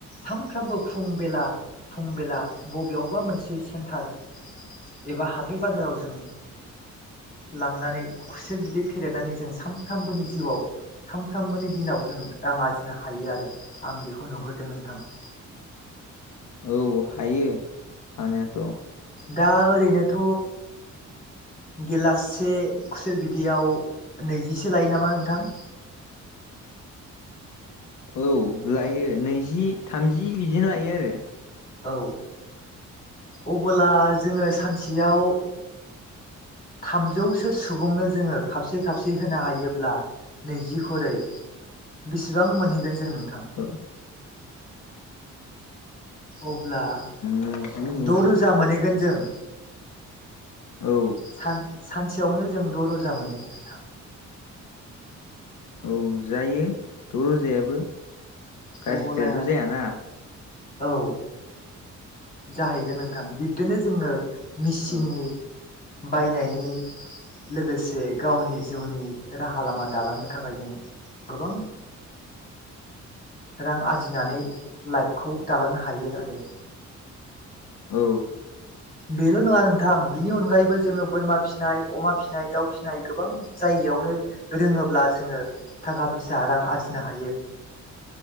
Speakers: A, on the left; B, on the left.
A: सानफ्रामबो फुं बेला फुं बेला बबेयावबा मोनसे सेन्टार एबा हाथाइ बाजाराव जों लांनानै खुसेर बिदै फेरेदनानै जों सानफ्रोमबोनि जिउआव सानफ्रामबोनि दिनाव जों रां आरजिनो हायो आरो आं बेखौ नुहुरदों नोंथां। <inaudible>
B: औ हायो हानायाथ'।
A: दा ओरैनोथ' गिलासे खुसेर बिदैआव नैजिसो लायो नामा नोंथां? <inaudible>
B: औ लायो नैजि थामजि बिदिनो लायो आरो।
A: औ अबोला जोङो सानसेयाव थामजौसो सुबुंनो जोङो खाबसे खाबसे होनो हायोब्ला नैजि खरै बेसेबां मोनहैगोन जों नों
B: <inaudible>
A: अब्ला द'
B: नैजि नैजि
A: रोजा मोनैगोन जों।
B: औ।
A: सान सानसेयावनो जों द' रोजा मोनैगोन नोंथां।
B: औ जायो द' रोजायाबो गाज्रिद्रायथ'
A: अबोला
B: जायाना।
A: औ। जाहैगोन नोंथां बिबदिनो जोङो मेचिननि
B: औ
A: बायनायनि लोगोसे गावनि जिउनि राहा लामा दालांनो थाखाय जों गोबां <inaudible> रां आरजिनानै लाइफखौ दालांनो हायो आरो।
B: औ।
A: बेल' नङा नोंथां बिनि अनगायैबो जोङो बोरमा फिसिनाय अमा फिसिनाय दाउ फिसिनाय गोबां जायो। बेयावनो रोङोब्ला जोङो थाखा फैसा रां आरजिनो हायो।